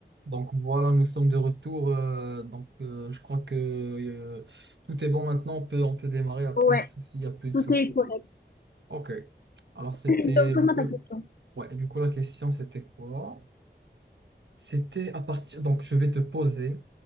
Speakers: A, on the right (about 75°); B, on the left (about 55°).
A: Donc voilà, nous sommes de retour. euh, donc euh, je crois que euh, tout est bon maintenant. On peut, on peut démarrer. Il n'y a plus
B: Ouais,
A: de soucis. Il n'y a plus de
B: tout
A: soucis.
B: est correct.
A: OK. Alors
B: <clears throat>
A: c'était
B: Donc, pose-moi
A: du coup,
B: ta question.
A: ouais, du coup la question c'était quoi? C'était à partir. Donc je vais te poser.